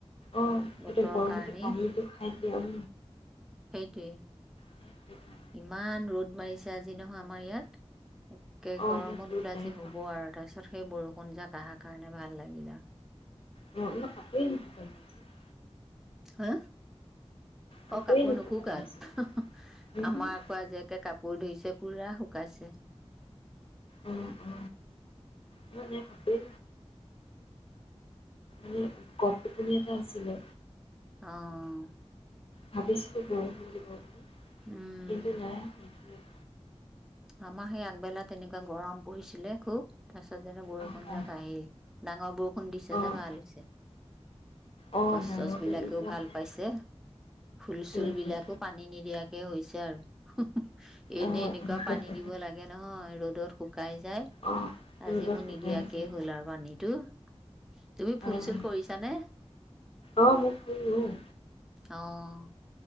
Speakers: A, on the left; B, in the centre.
A: অ সিহটো
B: বতৰৰ
A: গৰমতে
B: কাৰণেই
A: পানীটো খাই এ
B: তে
A: সেইটো কাৰণে
B: ইমান ৰ'দ মাৰিছে আজি নহয় আমাৰ ইয়াত একে
A: অঁ
B: গৰমত
A: ইয়াত ৰ'দ
B: দিল আজি
A: নাই
B: হ'ব
A: বাৰু
B: আৰু তাৰপিছত সেই বৰষুণ যাক অহাৰ কাৰণে ভাল লাগিল আৰু
A: মন কাপ নক ক যে <inaudible>
B: হা
A: কাপোৰে
B: অ কাপোৰ
A: নুশুকালে
B: নুশুকাই
A: আজি
B: আমাৰ
A: অঁ
B: আকৌ আজিএকে কাপোৰ কাপোৰ ধৰিছে পুৰা শুকাইছে
A: উ উ ম এ কাপেই ম কপ টোপনী এটা আছিলে
B: আহ
A: ভাবিছিলো বৰষুণ দিব বুলি
B: উম
A: কিন্তু ন উম
B: আমাৰ সেই আগবেলা তেনেকুৱা গৰম পৰিছিলে খুব তাৰপিছত যেনে বৰষুণ
A: অঁ অঁ
B: যাক আহিল ডাঙৰ বৰষুণ দিছে
A: অঁ
B: যে ভাল হৈছে
A: অঁ
B: গছ
A: ডাঙৰকৈ
B: চছ বিলাকেও
A: দি দিলে
B: ভাল
A: আপোনাৰ
B: পাইছে ফুল
A: সেইটোৱে
B: চুল বিলাকো পানী নিদিয়া াকে হৈছে আৰু হু হু এনেই
A: অঁ
B: এনেকাপ পানী দিব লাগে নহয় ৰ'দত শুকাই যায়
A: অঁ
B: আজি
A: ৰ'দত
B: মোৰ
A: শুকাই
B: নিদিয়াকে
A: যায়
B: হ'ল আৰু পানীত দুটো তুমি ফুল
A: অঁ
B: চুল কৰিছানে
A: অঁ মোৰ ফুল ৰুওঁ
B: আহ